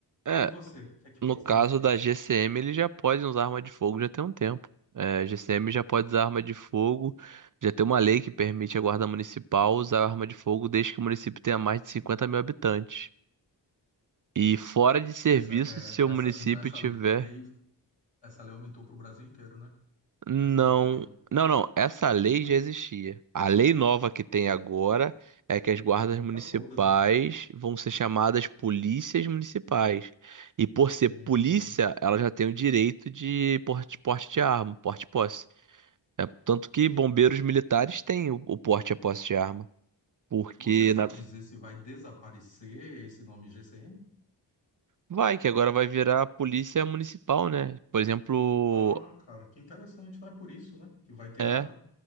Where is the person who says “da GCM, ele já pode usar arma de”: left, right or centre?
Right